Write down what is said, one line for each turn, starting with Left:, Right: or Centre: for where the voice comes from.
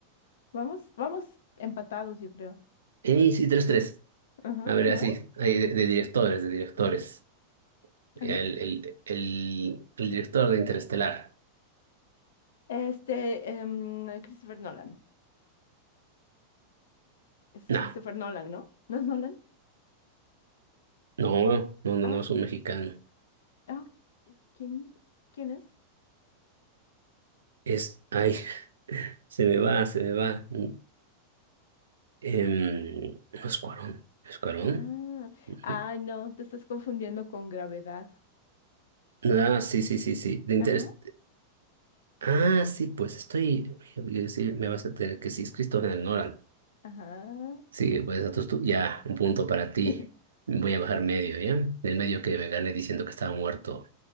Left: Vamos, vamos empatados, yo creo.
Right: Y sí, tres tres.
Left: Ajá,
Right: A ver,
Left: ¿no
Right: así,
Left: ve?
Right: ahí de, de directores, de directores. El,
Left: Ok.
Right: el, el, el director de Interestelar.
Left: Este, em, Christopher Nolan. Es
Right: No,
Left: Christopher Nolan, ¿no? ¿No es Nolan?
Right: no,
Left: Eh,
Right: no, no,
Left: ah,
Right: no es un mexicano.
Left: ah, ok. ¿quién, quién es?
Right: Es, ay, <laughs> se me va, se me va. Mm, Em, no es Cuarón, ¿es Cuarón?
Left: Ah,
Right: Ujú.
Left: ah, no, te estás confundiendo con Gravedad.
Right: Ah, sí, sí, sí, sí. De Interest...
Left: Ajá,
Right: Ah, sí, pues estoy. yo- Sí, me vas a tener que sí, es Christopher Nolan.
Left: ajá.
Right: Sí, pues entonces tú, ya, un punto para ti.
Left: <laughs>
Right: Voy a bajar medio, ¿ya? Del medio que me gané diciendo que estaba muerto